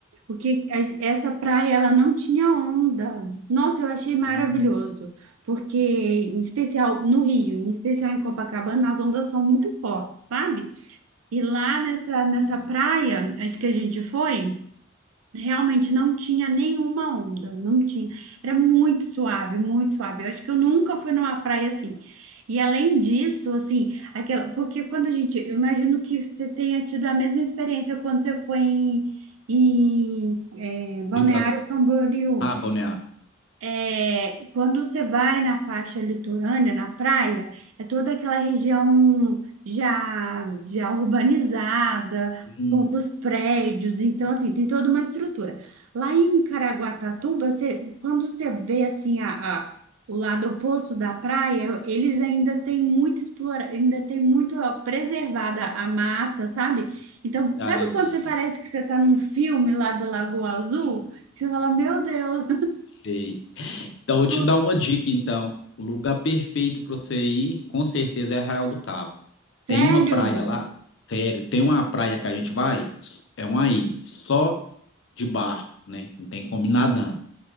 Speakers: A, on the right; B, on the left.
A: o que a- essa praia ela não tinha onda. Nossa, eu achei maravilhoso,
B: Hum,
A: porque em especial no Rio, em especial em Copacabana, as ondas são muito fortes, sabe? E lá nessa, nessa
B: também.
A: praia acho que a gente foi, realmente não tinha nenhuma onda, não tinha. Era muito suave, muito suave. Eu acho que eu nunca fui numa praia assim. E além disso, assim, aquela, porque quando a gente, eu imagino que você tenha tido a mesma experiência quando você foi em, em eh, Balneário
B: Rio das Ostras.
A: Camboriú.
B: Ah, Balneário.
A: É, quando você vai na faixa litorânea, na praia, é toda aquela região já, já urbanizada,
B: Hum,
A: poucos prédios, então assim, tem toda uma estrutura. Lá em Caraguatatuba, você, quando você vê assim a, a- o lado oposto da praia, eles ainda têm muito explora, ainda tem muito ó, preservada a mata, sabe? Então,
B: área
A: sabe
B: verde.
A: quando você parece que você está num filme lá da Lagoa Azul? Que Você fala, meu Deus.
B: Sei. Então, eu vou te
A: <laughs>
B: dar uma dica, então. O lugar perfeito para você ir, com certeza, é Arraial do Cabo. Tem
A: Sério?
B: uma praia lá, sério, tem uma praia que a gente vai, é uma ilha, só de barco, né? Não tem como ir nadando.